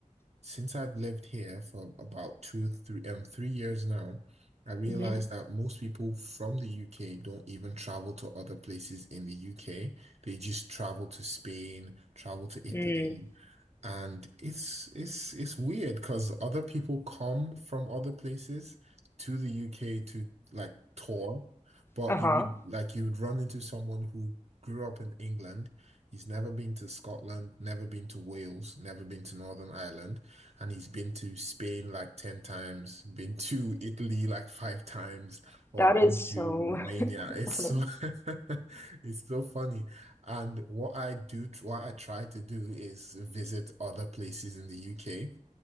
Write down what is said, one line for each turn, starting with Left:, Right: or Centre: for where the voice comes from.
Right: since I've lived here for about two, three, um, three years now, I realized
Left: mm-hmm,
Right: that most people from the UK don't even travel to other places in the UK. They just travel to Spain, travel to Mhm.
Left: mm,
Right: Italy, and it's it's it's weird because other people come from other places to the UK to like tour, but
Left: uh-huh.
Right: you would like you would run into someone who grew up in England. He's never been to Scotland, never been to Wales, never been to Northern Ireland, and he's been to Spain like 10 times, been <laughs> to Italy like five times, or
Left: That
Right: been
Left: is so
Right: to Romania.
Left: <laughs>
Right: It's
Left: funny.
Right: so <laughs> it's so funny. And what I do, what I try to do is visit other places in the UK.